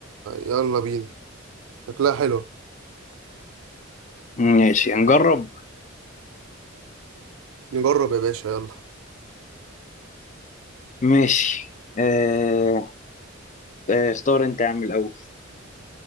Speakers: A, on the right; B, on the left.
A: يلا بينا شكلها حلوه
B: ماشي هنجرب
A: نجرب يا باشا يلا
B: ماشي آه آه اختار انت يا عم الأول